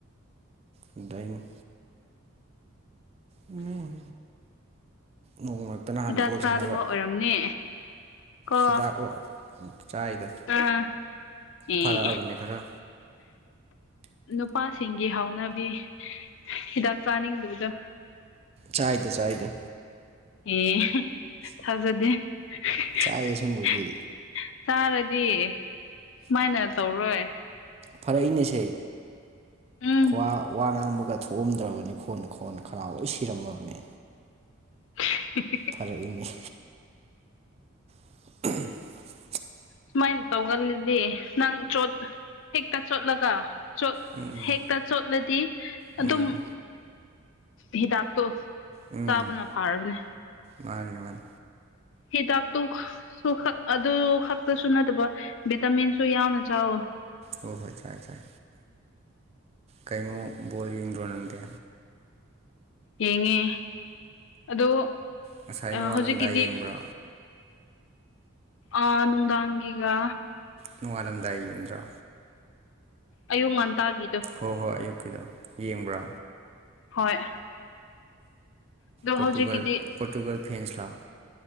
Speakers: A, on the right (about 30°); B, on the left (about 60°).
A: ꯗꯟ <inaudible> ꯎꯝ ꯅꯣꯡꯃ ꯇ ꯅꯍꯥꯟ
B: ꯍꯤꯗꯥꯛ
A: ꯕꯣꯜ
B: ꯆꯥꯗꯕ
A: ꯁꯥꯟꯅꯕ
B: ꯑꯣꯏꯔꯝꯅꯤ ꯀꯣ
A: ꯍꯤꯗꯥꯛꯂꯣ ꯆꯥꯏꯗ
B: ꯑꯥ ꯑꯦ
A: ꯐꯔꯛꯑꯕꯅꯦ ꯈꯔ
B: ꯅꯨꯄꯥꯁꯤꯡꯒꯤ ꯍꯥꯎꯅꯕꯤ ꯍꯤꯗꯥꯛ ꯆꯥꯅꯤꯡꯗꯕꯗ
A: ꯆꯥꯏꯗ ꯆꯥꯏꯗ
B: ꯑꯦ ꯊꯥꯖꯗꯦ <unintelligible>
A: ꯆꯥꯏ ꯑꯁꯦꯡꯕꯒꯤ
B: ꯆꯥꯔꯗꯤ ꯁꯨꯃꯥꯏꯅ ꯇꯧꯔꯣꯏ
A: ꯐꯔꯛꯏꯅꯦꯁꯦ
B: ꯎꯝ
A: ꯈ꯭ꯋꯥ ꯋꯥ ꯉꯥꯡꯕꯒ ꯊꯣꯛꯑꯝꯗ꯭ꯔꯕꯅꯤ ꯈꯣꯟ ꯈꯣꯟ ꯈꯔꯥꯎ ꯂꯣꯏ ꯁꯤꯔꯝꯃꯕꯅꯤ
B: <unintelligible>
A: ꯐꯔꯛꯏꯅꯦ <unintelligible>
B: ꯁꯨꯃꯥꯏꯅ ꯇꯧꯒꯜꯂꯤꯗꯤ ꯅꯪ ꯆꯣꯠ ꯍꯦꯛꯇ ꯆꯣꯠꯂꯒ ꯆꯣꯠ
A: ꯎꯝ
B: ꯍꯦꯛꯇ ꯆꯣꯠꯂꯗꯤ
A: ꯎꯝ
B: ꯑꯗꯨꯝ ꯍꯤꯗꯥꯛꯇꯣ
A: ꯎꯝ
B: ꯆꯥꯕꯅ ꯐꯥꯔꯕꯅꯦ
A: ꯃꯥꯅꯤ ꯃꯥꯅꯤ
B: ꯍꯤꯗꯥꯛꯇꯨ ꯁꯛ ꯑꯗꯨ ꯈꯛꯇꯁꯨ ꯅꯠꯇꯕ ꯚꯤꯇꯥꯃꯤꯟꯁꯨ ꯌꯥꯎꯅ ꯆꯥꯎꯋꯣ
A: ꯍꯣꯏ ꯍꯣꯏ ꯆꯥꯏ ꯆꯥꯏ ꯀꯩꯅꯣ ꯕꯣꯜ ꯌꯦꯡꯗ꯭ꯔꯣ ꯅꯪꯗꯦ
B: ꯌꯦꯡꯉꯦ ꯑꯗꯣ
A: ꯉꯁꯥꯏ ꯅꯣꯡꯉꯥꯜꯂꯝꯗꯥꯏ
B: ꯍꯧꯖꯤꯛꯀꯤꯗꯤ
A: ꯌꯦꯡꯕ꯭ꯔꯣ
B: ꯑꯥ ꯅꯨꯡꯗꯥꯡꯒꯤꯒ
A: ꯅꯣꯡꯉꯥꯜꯂꯝꯗꯥꯏ ꯌꯦꯡꯗ꯭ꯔꯥ
B: ꯑꯌꯨꯛ ꯉꯟꯇꯥꯒꯤꯗꯣ
A: ꯍꯣꯏ ꯍꯣꯏ ꯑꯌꯨꯛꯀꯤꯗꯣ ꯌꯦꯡꯕ꯭ꯔꯥ
B: ꯍꯣꯏ ꯑꯗꯣ
A: ꯄꯣꯔꯇꯨꯒꯜ
B: ꯍꯧꯖꯤꯛꯀꯤꯗꯤ
A: ꯄꯣꯔꯇꯨꯒꯜ ꯐꯦꯟꯁ ꯂꯣ